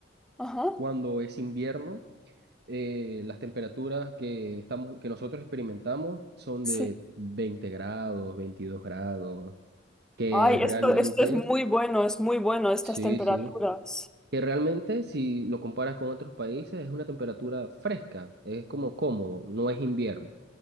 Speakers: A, in the centre; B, on the right.
A: Ajá.
B: cuando es invierno, eh, las temperaturas que estamos, que nosotros experimentamos son
A: Sí.
B: de 20 grados, 22 grados. que
A: Ay,
B: realmente,
A: esto, esto es muy bueno, es muy bueno, estas
B: sí,
A: temperaturas.
B: sí, que realmente si lo comparas con otros países es una temperatura fresca, es como cómodo, no es invierno.